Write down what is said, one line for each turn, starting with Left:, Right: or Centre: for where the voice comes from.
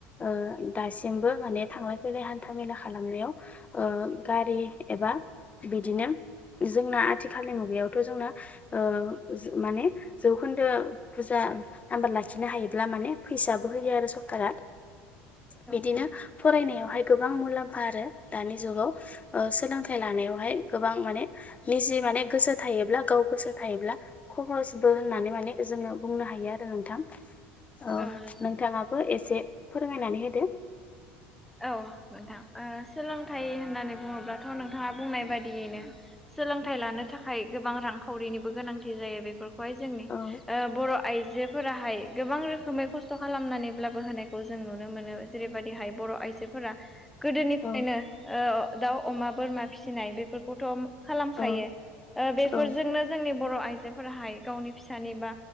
Left: ओ दासिमबो माने था थांलाय फैलाय हान्था मेला खालामनायाव ओ गारि एबा बिदिनो जोंना आथिखालनि मुगायावथ' जोंना ओ माने जौखोन्दो बुजा नाम्बार लाखिनो हायोब्ला माने फैसाबो होयो आरो सरखारा। बिदिनो
Centre: औ औ
Left: फरायनायाव हाय गोबां मुलामफा आरो दानि जुगाव ओ सोलोंथाय लानायावहाय गोबां माने लि जि माने गोसो थायोब्ला गाव गोसो थायोब्ला खहसबो होननानै माने जोङो बुंनो हायो आरो। नोंथां ओ
Centre: औ नंगौ
Left: नोंथाङाबो एसे फोरमायनानै होदो।
Centre: औ नोंथां ओ सोलोंथाइ होननानै बुंङोब्लाथ' नोंथांङा बुंनाय बायदियैनो सोलोंथाइ लानो थाखाय गोबां रांखावरिनिबो गोनांथि जायो बेफोरखौहाय जोंनि
Left: औ
Centre: ओ बर' आइजोफोराहाय गोबां रोखोमै खस्थ' खालामनानैब्लाबो होनायखौ जों नुनो मोनो जेरैबादिहाय बर' आइजोफोरा गोदोनिफ्रायनो
Left: औ
Centre: ओ दाउ अमा बोरमा फिसिनाय बेफोरखौथ' खालामखायो
Left: औ
Centre: ओ बेफोरजोंनो
Left: औ
Centre: जोंनि बर' आइजोफोराहाय गावनि फिसानि बा